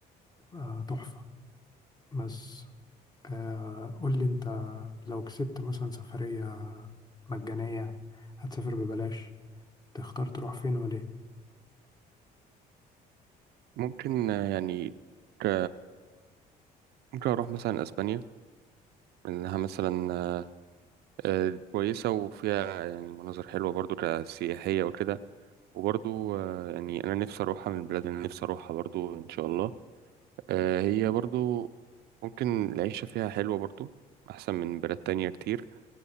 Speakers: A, on the left; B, on the right.
A: تبقى تحفة بس آه، قول لي أنت لو كسبت مثلا سفرية مجانية هتسافر ببلاش تختار تروح فين وليه؟
B: ممكن آه، يعني ك... ممكن اروح مثلا اسبانيا لانها مثلا آه، آه، كويسه وفيها يعني مناظر حلوه برضو كسياحيه وكده وبرضو آه، يعني انا نفسي اروحها من البلاد اللي أنا نفسي اروحها برضو ان شاء الله آه، هي برضو ممكن العيشة فيها حلوة برضو احسن من بلاد تانية كتير